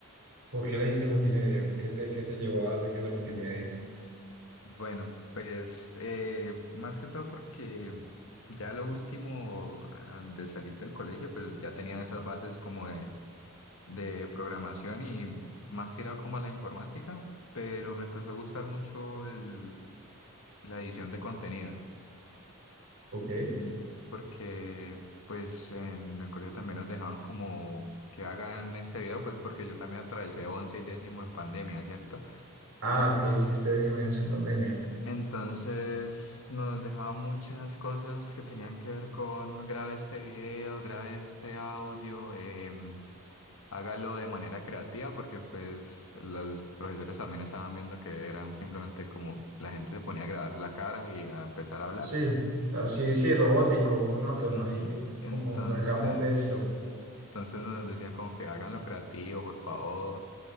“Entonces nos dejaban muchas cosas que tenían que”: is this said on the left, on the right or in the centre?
Left